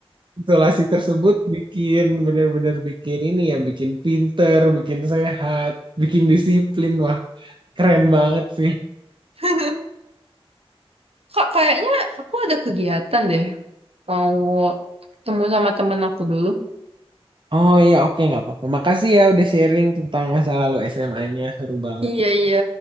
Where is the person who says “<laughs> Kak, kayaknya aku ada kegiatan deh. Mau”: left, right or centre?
Right